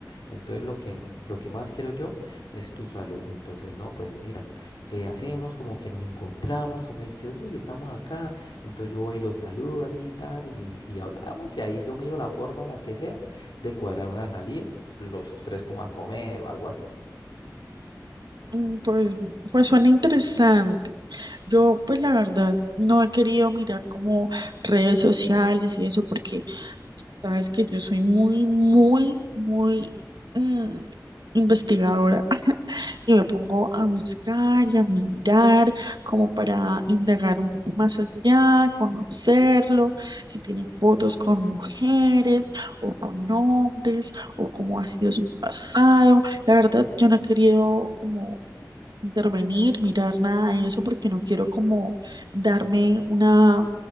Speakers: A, on the left; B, on the right.
A: Entonces lo que, lo que más quiero yo es tu salud. Entonces, no, pues mira, eh, hacemos como que nos encontramos, tú me dices, uy, estamos acá. Entonces yo voy y lo saludo así y tal, y, y hablamos, y ahí yo miro la forma, la que sea, de cuadrar una salida, los tres como a comer o algo así.
B: Mm, Pues, pues suena interesante. Yo, pues la verdad, no he querido mirar como redes sociales y eso, porque sabes que yo soy muy, muy, muy mm, investigadora <laughs> y me pongo a buscar y a mirar como para indagar un poco más allá, conocerlo, si tiene fotos con mujeres o con hombres o cómo ha sido su pasado. La verdad, yo no he querido como intervenir, mirar nada de eso, porque no quiero como darme una,